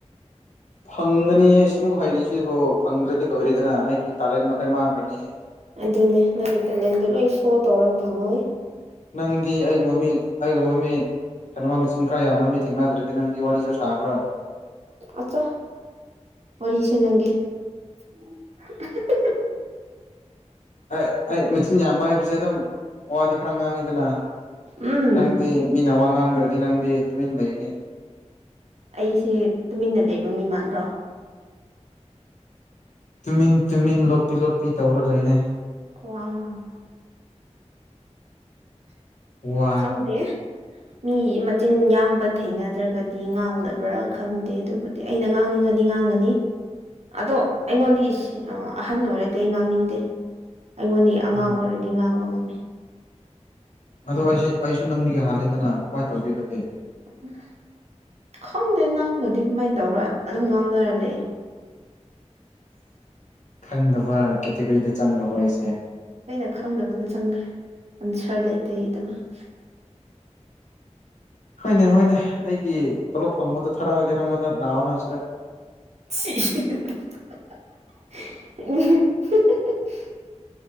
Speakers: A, on the left; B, on the right.
A: ꯐꯪꯒꯅꯤ ꯑꯩ ꯑꯃꯨꯛ ꯍꯩꯔꯤꯁꯤꯕꯨ ꯐꯪꯗ꯭ꯔꯗꯤ ꯂꯣꯏꯔꯦꯗꯅ ꯑꯩꯒꯤ ꯇꯥꯂꯦꯟ ꯃꯈꯩ ꯃꯥꯡꯈ꯭ꯔꯅꯤꯌꯦ
B: ꯑꯗꯨꯅꯦ ꯅꯪꯒꯤ ꯇꯦꯂꯦꯟꯗ ꯂꯣꯏ ꯁꯣ ꯇꯧꯔꯒ ꯐꯪꯉꯣꯏ
A: ꯅꯪꯗꯤ ꯑꯩꯒꯤ ꯃꯃꯤꯠ ꯑꯩꯒ ꯃꯃꯤꯠ ꯇꯦꯅꯋꯥ ꯃꯆꯤꯟ ꯈꯔ ꯌꯥꯝꯕ ꯃꯤ ꯊꯦꯡꯅꯗ꯭ꯔꯗꯤ ꯅꯪꯗꯤ ꯋꯥꯔꯤꯁꯨ ꯁꯥꯔꯣꯏ
B: ꯑꯠꯆꯥ ꯋꯥꯔꯤꯁꯦ ꯅꯪꯒꯤ <unintelligible>
A: ꯑꯩ ꯑꯩ ꯃꯆꯤꯟ ꯌꯥꯝꯕ ꯍꯥꯏꯕꯁꯦ ꯑꯗꯨꯝ ꯋꯥꯗꯤ ꯈꯔ ꯉꯥꯡꯉꯤꯗꯅꯥ
B: ꯎꯝ
A: ꯅꯪꯗꯤ ꯃꯤꯅ ꯋꯥ ꯉꯥꯡꯗ꯭ꯔꯗꯤ ꯅꯪꯗꯤ ꯇꯨꯃꯤꯟ ꯂꯩꯅꯤ
B: ꯑꯩꯁꯦ ꯇꯨꯃꯤꯟꯅ ꯂꯩꯕ ꯃꯤ ꯃꯥꯟꯕ꯭ꯔꯣ
A: ꯇꯨꯃꯤꯟ ꯇꯨꯃꯤꯟ ꯂꯣꯠꯄꯤ ꯂꯣꯠꯄꯤ ꯇꯧꯔ ꯂꯩꯔꯦ
B: <unintelligible>
A: ꯋꯥ
B: ꯈꯪꯗꯦ ꯃꯤ ꯃꯆꯤꯟ ꯌꯥꯡꯕ ꯊꯩꯅꯗ꯭ꯔꯒꯗꯤ ꯉꯥꯡꯗꯕ꯭ꯔꯥ ꯈꯪꯗꯦ ꯑꯗꯨꯕꯨ ꯑꯩꯅ ꯉꯥꯡꯅꯤꯡꯉꯗꯤ ꯉꯥꯡꯒꯅꯤ ꯑꯗꯣ ꯑꯩꯉꯣꯟꯗꯒꯤ ꯑꯥ ꯑꯍꯟ ꯑꯣꯏꯔꯗꯤ ꯑꯩ ꯉꯥꯡꯅꯤꯡꯗꯦ ꯑꯩꯉꯣꯟꯗꯩ ꯑꯉꯥꯡ
A: ꯎꯝ
B: ꯑꯣꯏꯔꯗꯤ ꯉꯥꯡꯕ ꯉꯝꯃꯤ
A: ꯑꯗꯣ ꯑꯩꯁꯦ ꯑꯩꯁꯨ ꯅꯪꯗꯤꯒꯤ ꯌꯥꯍꯜꯂꯦꯗꯅꯥ ꯀꯃꯥꯏ ꯇꯧꯒꯦ ꯑꯗꯨꯗꯤ
B: ꯎꯝ ꯈꯪꯗꯦ ꯅꯪꯒꯗꯤ ꯀꯃꯥꯏꯟ ꯇꯧꯕ꯭ꯔꯥ ꯑꯗꯨꯝ ꯉꯥꯡꯅꯔ ꯂꯩ
A: ꯈꯪꯗꯕ ꯀꯦꯇꯦꯒꯣꯔꯤꯗ ꯆꯪꯈ꯭ꯔꯕ ꯑꯩꯁꯦ
B: ꯑꯩꯅ ꯈꯪꯗꯕꯗ ꯆꯪꯒ꯭ꯔꯦ ꯑꯟꯁꯔ ꯂꯩꯇꯦꯗꯃꯛ
A: ꯍꯣꯏꯅꯦ ꯍꯣꯏꯅꯦ ꯑꯩꯒꯤ ꯇꯣꯂꯣꯞ ꯐꯪꯕꯗꯣ ꯊꯥꯔꯛꯑꯒꯦ ꯅꯪꯉꯣꯟꯗ ꯂꯥꯛꯑꯣ ꯅꯪ ꯁꯤꯗ
B: <unintelligible>